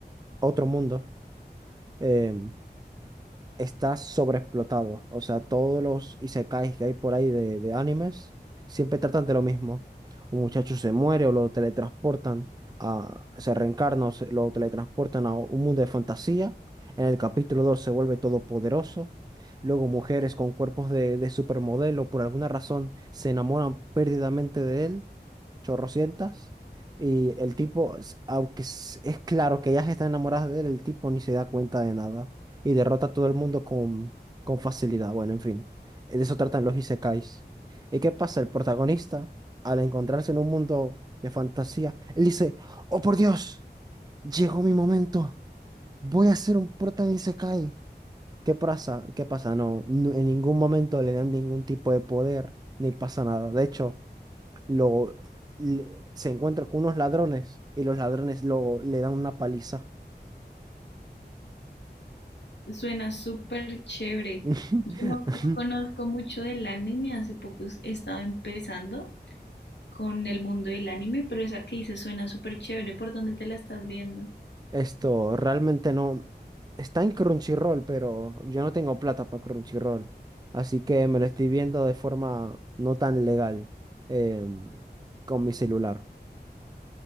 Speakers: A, on the right (about 25°); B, on the left (about 80°).
A: otro mundo. em, está sobreexplotado. O sea, todos los isekais que hay por ahí de, de animes siempre tratan de lo mismo. Un muchacho se muere o lo teletransportan a, se reencarna o se- lo teletransportan a un mundo de fantasía. En el capítulo 2 se vuelve todopoderoso. Luego mujeres con cuerpos de, de supermodelo por alguna razón se enamoran perdidamente de él, chorrocientas. Y el tipo, s- aunque s- es claro que ellas están enamoradas de él, el tipo ni se da cuenta de nada y derrota a todo el mundo con, con facilidad. Bueno, en fin, de eso tratan los isekais. ¿Y qué pasa? El protagonista, al encontrarse en un mundo de fantasía, él dice, oh por Dios, llegó mi momento, voy a ser un prota isekai. ¿Qué pasa? ¿Qué pasa? No, no, en ningún momento le dan ningún tipo de poder, ni pasa nada. De hecho, lo, le- se encuentra con unos ladrones y los ladrones luego le dan una paliza.
B: Suena súper chévere.
A: <laughs>
B: Yo no, no conozco mucho del anime, hace poco es- he estado empezando con el mundo del anime, pero esa que dices suena súper chévere. ¿Por dónde te la estás viendo?
A: Esto realmente no está en Crunchyroll, pero yo no tengo plata para Crunchyroll, así que me lo estoy viendo de forma no tan legal em, con mi celular.